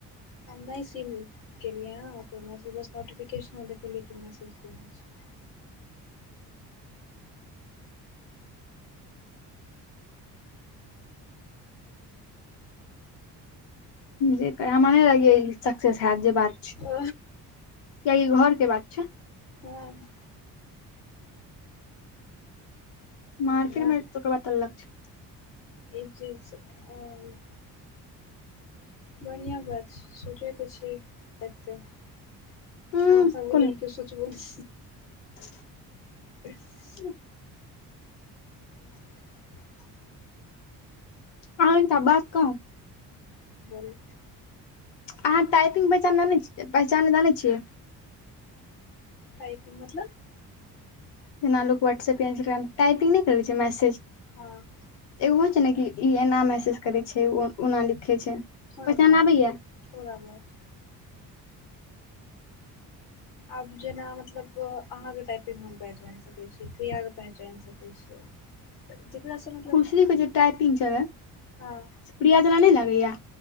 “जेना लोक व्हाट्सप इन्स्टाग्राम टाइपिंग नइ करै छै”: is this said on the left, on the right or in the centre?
Left